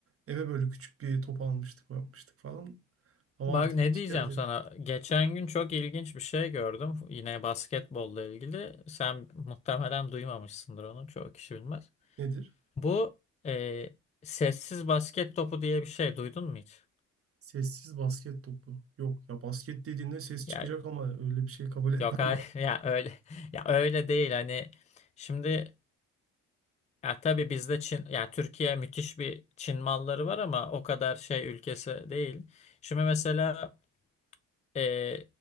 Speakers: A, on the right (about 50°); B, on the left (about 25°).
A: eve böyle küçük bir top almıştık, yapmıştık falan. Ama
B: Bak
A: artık
B: ne
A: hiçbir
B: diyeceğim
A: yerde
B: sana.
A: yok.
B: Geçen gün çok ilginç bir şey gördüm. Yine basketbolla ilgili. Sen muhtemelen duymamışsındır onu. Çoğu kişi bilmez.
A: Nedir?
B: Bu e, sessiz basket topu diye bir şey duydun mu hiç?
A: Sessiz basket topu. Yok ya basket dediğinde ses çıkacak
B: Ya
A: ama öyle bir şey kabul etmem
B: yok hayır <laughs> ya öyle <laughs> ya öyle değil hani şimdi ya tabii bizde Çin ya Türkiye müthiş bir Çin malları var ama o kadar şey ülkesi değil. Şimdi mesela e,